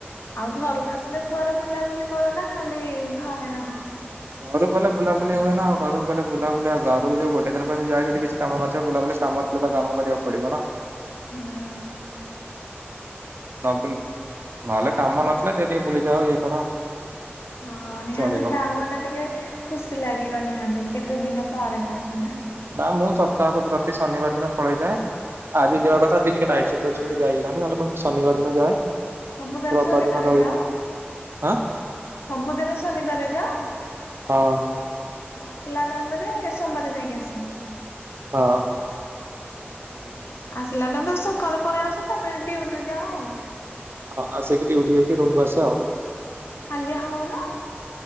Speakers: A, on the left; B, on the right.
A: ଆଉ ଘରକୁ ଆସିଲେ କୁଆରେ ବୁଲାବୁଲି କର ନା ଖାଲି ଘରେ ରହ।
B: ଘରୁ ବୋଇଲେ ବୁଲାବୁଲି ହୁଏ ନା ଆଉ ଘର ବଲେ ବୁଲାବୁଲି ଆଉ ଘରକୁ ଯୋଉ ଗୋଟେ ଦିନ ପାଇଁ ଯାଇଏ ଯଦି କିଛି କାମ ନିବ ବୁଲାବୁଲି କାମ ଥିଲେ ତ କାମ କରିବାକୁ ପଡିବ ନା। <inaudible>
A: ହୁଁ
B: ନ ବୁଲି ନହେଲେ କାମ ନଥିଲେ ଦେ ଟିକେ ବୁଲିଯାଅ ଇଏ କର।
A: ହଁ ନିହାତି
B: ଚଳିବ।
A: ଗାଁ ବାଲା ଟିକେ ଖୁସି ଲାଗିବ ନିହାତି କେତେ କେତେ ଦିନ ପରେ ଯାଉଛ ନା
B: ନା ମୁଁ ସପ୍ତାହକ ପ୍ରତି ଶନିବାର ଦିନ ପଳେଇଯାଏ ଆଜି ଯିବା କଥା ଟିକେ ନାଇଟ୍ ସୁ ଅଛି ବୋଲି ଯାଇଗଲାାନି ହେଲେ ମୁଁ ଶନିବାର ଦିନ ଯାଏ।
A: ସବୁଦିନ
B: ରବିବାର
A: ଶନିବାରେ
B: ଦିନ ରହି
A: ଯାଅ
B: ହଁ
A: <inaudible> ସବୁଦିନ ଶନିବାରେ ଯାଅ। ଆଉ
B: ହଁ
A: ଆସିଲା ନାଇରେ ସୋମବାର ଯାଇକି ଆସନ୍।
B: ହଁ।
A: <inaudible> ଆସିଲା ଟମେ ସକାଳେ ପଳେଇ ଆସ ତାପରେ ଦିୟୁଟି ଯାଅ ଆଉ।
B: ହଁ ଆସିକି ଡିୁଟି ହେଇକି ରୁମକୁୁ ଆସେ ଆଉ।
A: ହାଲିଆ ହୋଉନ।